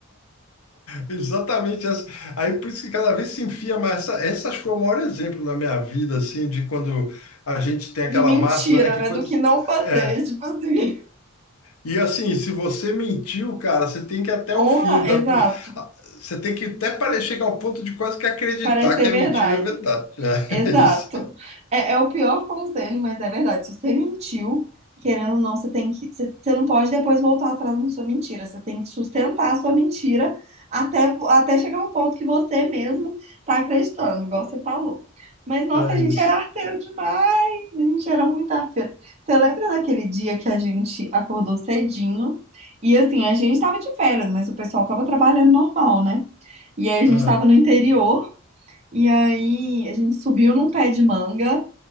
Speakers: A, on the left; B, on the right.
A: exatamente essa. Aí por isso que cada vez se enfia mais. Essa, essa foi o maior exemplo na minha vida, assim, de quando a gente tem aquela
B: De mentira,
A: máxima, né? Que
B: né?
A: quando,
B: Do que não fazer.
A: é,
B: <laughs> Tipo assim,
A: e assim, se você mentiu, cara, você tem que ir até
B: honra,
A: o fim. Dá,
B: exato.
A: pro- ah, você tem que até parecer chegar ao ponto de quase que acreditar
B: Parece ser
A: que a
B: verdade.
A: mentira é verdade. né?
B: Exato.
A: É <laughs> isso,
B: É, é o pior conselho, mas é verdade. Se você mentiu, querendo ou não, você tem que, você, você não pode depois voltar atrás na sua mentira. Você tem que sustentar a sua mentira até, até chegar a um ponto que você mesmo tá acreditando, igual você falou. Mas, nossa,
A: é
B: a gente
A: isso.
B: era arteiro demais. A gente era muito arteiro. Você lembra daquele dia que a gente acordou cedinho? E assim, a gente tava de férias, mas o pessoal tava trabalhando normal, né? E aí a
A: Ah,
B: gente tava no interior. E aí a gente subiu num pé de manga